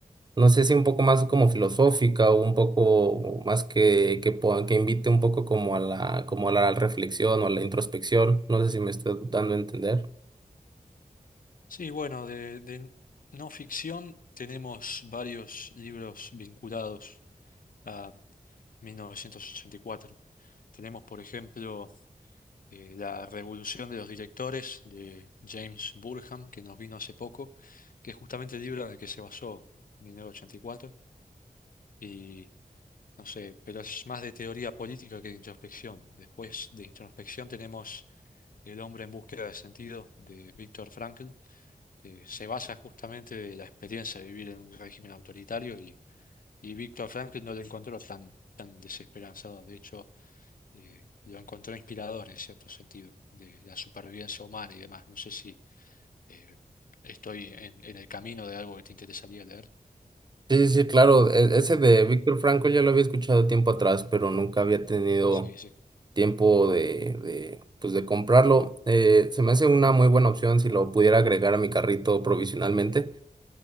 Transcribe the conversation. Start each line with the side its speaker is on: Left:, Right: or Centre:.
Right: no sé si un poco más como filosófica o un poco más que, que, po- que invite un poco como a la, como a la reflexión o a la introspección. No sé si me estoy dando a entender.
Left: Sí, bueno, de, de no ficción tenemos varios libros vinculados a 1984. Tenemos, por ejemplo, eh, La Revolución de los Directores de James Burham, que nos vino hace poco, que es justamente el libro en el que se basó 1984. Y cuatro. No sé, pero es más de teoría política que de introspección. Después de introspección tenemos El hombre en búsqueda de sentido de Víctor Frankl, que se basa justamente de la experiencia de vivir en un régimen autoritario y, y Víctor Frankl no lo encontró tan, tan desesperanzado. De hecho, eh, lo encontró inspirador en cierto sentido, de la supervivencia humana y demás. No sé si eh, estoy en, en el camino de algo que te interesaría leer.
Right: Sí, sí, sí, claro. e- Ese de Víctor Franco ya lo había escuchado tiempo atrás, pero nunca había tenido
Left: Sí, sí.
Right: tiempo de, de, pues de comprarlo. Eh, se me hace una muy buena opción si lo pudiera agregar a mi carrito provisionalmente.